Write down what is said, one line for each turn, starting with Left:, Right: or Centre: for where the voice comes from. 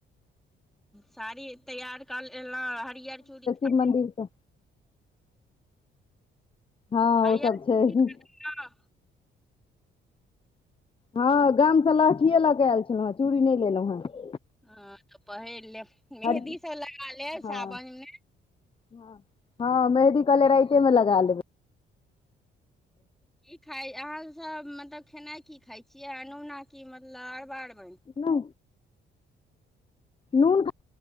Centre: साड़ी तैयार कर एलहुँ हरियर चूड़ी <unintelligible>
Left: मन्दिर तऽ हँ
Centre: हरियर
Left: ओ सब छै
Centre: चुड़ी किनहुं
Left: हँ गामसँ लहठियए लऽ कऽ आयल छलहुँ हेँ चूड़ी नहि लेलहुँ हेँ
Centre: हँ तऽ पहिर लेब, मेहदी
Left: हर
Centre: सब लगा लेब
Left: हँ
Centre: सावन में।
Left: हँ, हॉं मेहदी कहलियै राइते मे लगा लेबै।
Centre: कि खाइ, अहाँ सब मतलब खेनाइ कि खाइ छियै? अनुना की मतलब अरबा अरबैन?
Left: नै। नून ख